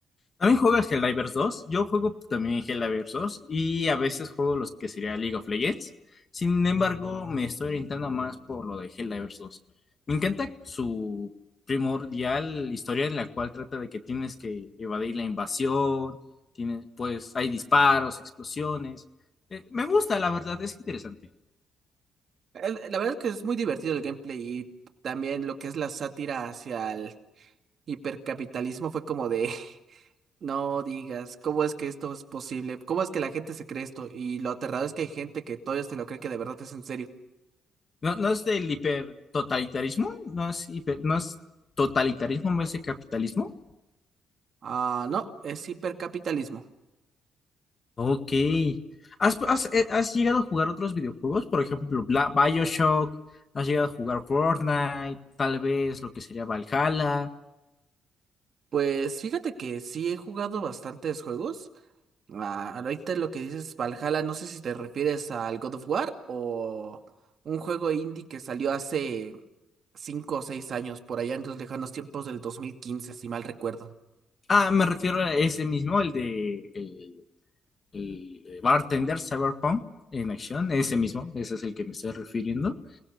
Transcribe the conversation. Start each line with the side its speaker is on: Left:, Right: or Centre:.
Left: ¿También juegas Helldivers 2? Yo juego también Helldivers 2 y a veces juego los que sería League of Legends. Sin embargo, me estoy orientando más por lo de Helldivers 2. Me encanta su primordial historia en la cual trata de que tienes que evadir la invasión, tienes, pues hay disparos, explosiones. Eh, me gusta, la verdad, es interesante.
Right: El- la verdad es que es muy divertido el gameplay y también lo que es la sátira hacia el hipercapitalismo fue como de, <laughs> no digas, ¿cómo es que esto es posible? ¿Cómo es que la gente se cree esto? Y lo aterrador es que hay gente que todavía se lo cree que de verdad es en serio.
Left: No, no es del hipertotalitarismo, no es hiper, no es totalitarismo, no es de capitalismo.
Right: Ah, no, es hipercapitalismo.
Left: Ok. ¿Has, has- eh, has llegado a jugar otros videojuegos? Por ejemplo, Bla- BioShock, has llegado a jugar Fortnite, tal vez lo que sería Valhalla.
Right: Pues fíjate que sí he jugado bastantes juegos. Ah, ahorita lo que dices Valhalla, no sé si te refieres al God of War o un juego indie que salió hace cinco o seis años, por allá en los lejanos tiempos del 2015, si mal recuerdo.
Left: Ah, me refiero a ese mismo, el de el, el eh, Bartender Cyberpunk en acción, ese mismo, ese es el que me estoy refiriendo.